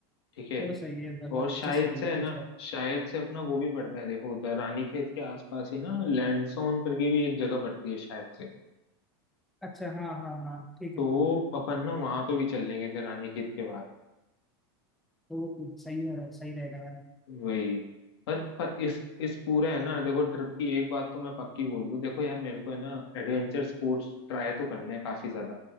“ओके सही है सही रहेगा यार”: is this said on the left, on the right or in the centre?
Centre